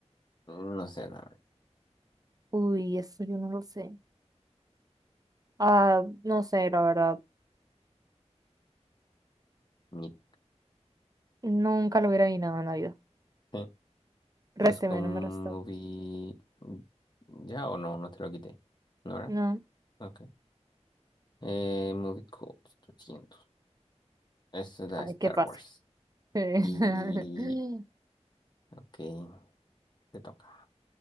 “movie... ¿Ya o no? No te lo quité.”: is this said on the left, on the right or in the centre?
Left